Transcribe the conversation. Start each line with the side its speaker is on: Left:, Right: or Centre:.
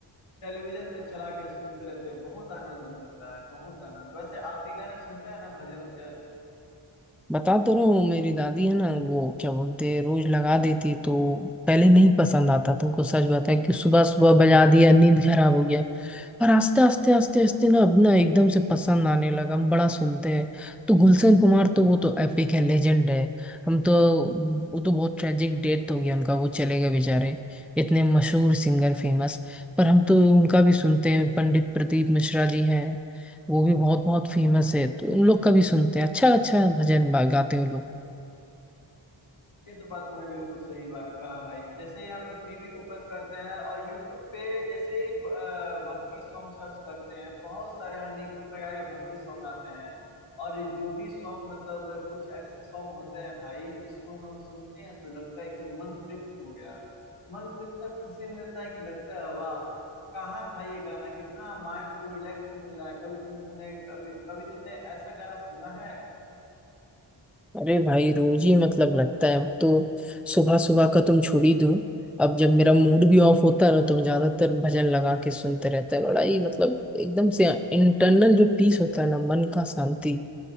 Left: टेलीविजन में चला के सुनते रहते हैं बहुत आनंद मिलता है बहुत आनंद वैसे आप भी गाने सुनते हैं ना भजन वजन
Centre: बता तो रहा हूँ मेरी दादी है ना वो क्या बोलते हैं रोज लगा देती तो पहले नहीं पसंद आता तुमको सच बताया कि सुबह सुबह बजा दिया नींद खराब हो गया और आस्ते आस्ते आस्ते आस्ते ना अपना एकदम से पसंद आने लगा हम बड़ा सुनते हैं तो गुलशन कुमार तो वो तो एपिक है लेजेंड है हम तो वो तो बहुत ट्रेजिक डेथ हो गया उनका वो चले गए बेचारे इतने मशहूर सिंगर फेमस पर हम तो उनका भी सुनते हैं पंडित प्रदीप मिश्रा जी हैं वो भी बहुत बहुत फेमस है तो उन लोग का भी सुनते हैं अच्छा अच्छा भजन बा- गाते हैं लोग
Left: ये तो बात तुमने बिल्कुल सही बात कहा भाई जैसे ही हम लोग टीवी ओपन करते हैं और यूट्यूब पे जैसे ही भ- अ, भक्ति सॉन्ग सर्च करते हैं बहुत सारे अनेकों प्रकार के भक्ति सॉन्ग आते हैं और जो भी सॉन्ग मतलब कुछ ऐसे सॉन्ग होते हैं भाई जिसको हम लोग सुनते हैं तो लगता है एकदम मन तृप्त हो गया मन को इतना खुशी मिलता है कि लगता है वाह कहाँ था ये गाना कितना माइंड को रिलैक्स मिल रहा है कभी तुमने कभी कभी तुमने ऐसा गाना सुना है
Centre: अरे भाई रोज ही मतलब लगता है अब तो सुबह सुबह का तुम छोड़ ही दो अब जब मेरा मूड भी ऑफ होता है ना तो मैं ज्यादातर भजन लगा के सुनते रहता है बड़ा ही मतलब एकदम से इंटरनल जो पीस होता है ना मन का शांति